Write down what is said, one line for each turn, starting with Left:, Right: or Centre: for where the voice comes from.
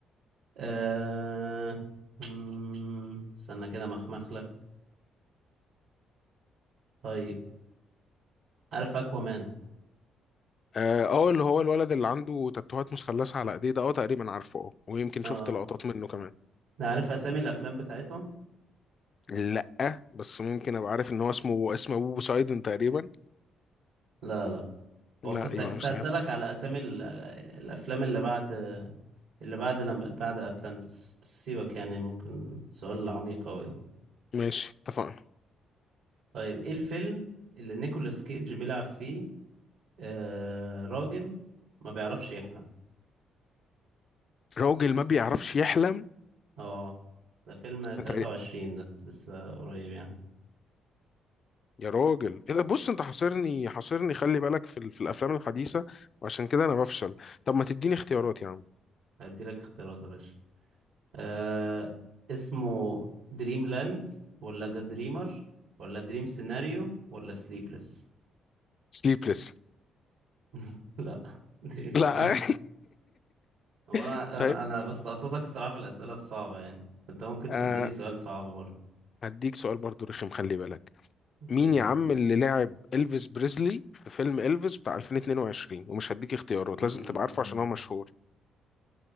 Right: آه... مم، استنى كده مخمخ لك طيب عارف اكوامان
Left: اه آه، اللي هو الولد اللي عنده تاتوهات مثلثة على ايديه ده اه تقريبا عارفه اه ويمكن
Right: اه
Left: شفت لقطات منه كمان
Right: عارف اسامي الافلام بتاعتهم
Left: لا بس ممكن ابقى عارف ان هو اسمه اسمه ابو بوسايدون تقريبا
Right: لا لا
Left: لا
Right: هو كنت
Left: يبقى
Right: كنت
Left: مش
Right: هسألك
Left: ده
Right: على أسامي ال- الأفلام اللي بعد اللي بعد لما بعد أتلانتس بس سيبك يعني ممكن سؤال عميق أوي ده
Left: ماشي اتفقنا
Right: طيب إيه الفيلم اللي نيكولاس كيدج بيلعب فيه آه راجل ما بيعرفش يحلم
Left: راجل ما بيعرفش يحلم
Right: اه ده فيلم 23
Left: تقريبا
Right: ده لسه قريب يعني
Left: يا راجل ايه ده بص انت حاصرني حاصرني خلي بالك في, ال... في الافلام الحديثه وعشان كده انا بفشل طب ما تديني اختيارات يا عم
Right: هديلك اختيارات يا باشا آه اسمه دريم لاند ولا ذا دريمر ولا دريم سيناريو ولا سليبلس
Left: سليبلس
Right: <laughs> لا دريم سيناريو
Left: لا
Right: هو انا
Left: <laughs> طيب
Right: انا أنا بس قصدك الصراحه في الاسئله الصعبه يعني انت ممكن
Left: آه
Right: تديني سؤال صعب برضه
Left: هديك سؤال برضو رخم خلي بالك
Right: اديني
Left: مين يا عم اللي لعب إلفيس بريزلي في فيلم إلفيس بتاع 2022 ومش هديك اختيارات
Right: امم
Left: لازم تبقى عارفه عشان هو مشهور